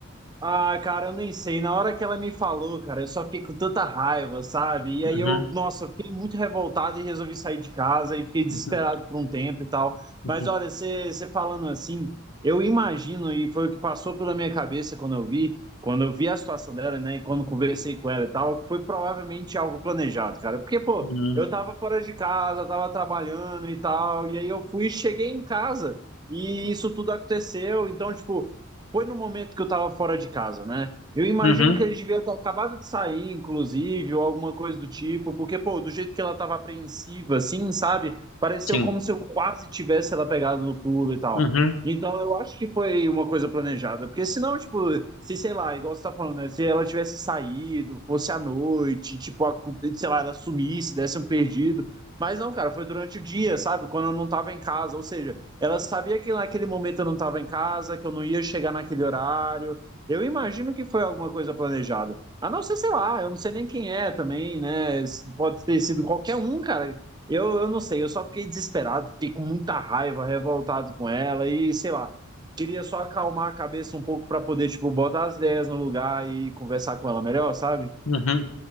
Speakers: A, on the right; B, on the left.
A: Ah, cara, eu nem sei. Na hora que ela me falou, cara, eu só fiquei com tanta raiva, sabe? E
B: Uhum,
A: aí eu, nossa, eu fiquei muito revoltado e resolvi sair de casa e fiquei desesperado
B: uhum,
A: por um tempo e tal.
B: uhum,
A: Mas olha, você você falando assim, eu imagino, e foi o que passou pela minha cabeça quando eu vi, quando eu vi a situação dela, né, e quando conversei com ela e tal, foi provavelmente algo planejado, cara. Porque, pô,
B: uhum,
A: eu tava fora de casa, tava trabalhando e tal, e aí eu fui, cheguei em casa e isso tudo aconteceu. Então, tipo foi no momento que eu tava fora de casa, né? Eu imagino
B: uhum,
A: que ele devia ter acabado de sair, inclusive, ou alguma coisa do tipo, porque, pô, do jeito que ela tava apreensiva, assim, sabe? Pareceu
B: sim.
A: como se eu quase tivesse ela pegado no pulo e tal.
B: Uhum,
A: Então, eu acho que foi uma coisa planejada, porque senão, tipo, se, sei lá, igual você tá falando, né? Se ela tivesse saído, fosse à noite, tipo, a- sei lá, ela sumisse, desse um perdido. Mas não, cara, foi durante o dia, sabe? Quando eu não tava em casa, ou seja. Ela sabia que naquele momento eu não estava em casa, que eu não ia chegar naquele horário. Eu imagino que foi alguma coisa planejada. A não ser, sei lá, eu não sei nem quem é também, né? Pode ter sido qualquer um, cara. Eu, eu não sei, eu só fiquei desesperado, fiquei com muita raiva, revoltado com ela e sei lá. Queria só acalmar a cabeça um pouco para poder, tipo, botar as ideias no lugar e conversar com ela melhor, sabe?
B: uhum.